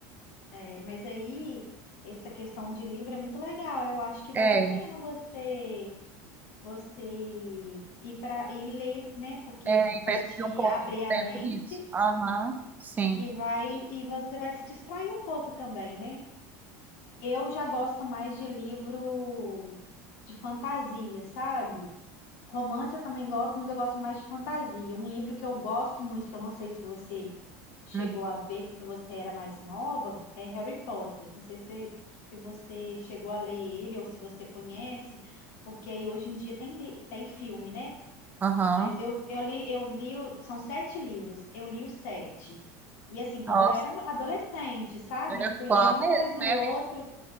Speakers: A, on the left; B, on the right.
A: é, mas aí essa questão de livro é muito legal. Eu acho que vale
B: É.
A: a pena você você ir para ir ler, né? Porque
B: É,
A: vai
B: e percebi
A: te
B: um pouco
A: abrir
B: do
A: a
B: tempo
A: mente
B: disso. Aham, sim.
A: e vai e você vai se distrair um pouco também, né? Eu já gosto mais de livro de fantasia, sabe? Romance eu também gosto, mas eu gosto mais de fantasia. Um livro que eu gosto muito, que eu não sei se você chegou
B: Hum,
A: a ver quando você era mais nova, é Harry Potter. Não sei se, se você chegou a ler ele ou se você conhece, porque aí hoje em dia tem, li- tem filme, né?
B: Aham.
A: Mas eu, eu li, eu li, o- são sete livros, eu li os sete. E assim, quando
B: Nossa,
A: eu era adolescente, sabe?
B: era
A: Fui
B: fã
A: lendo um
B: mesmo,
A: atrás do
B: né,
A: outro.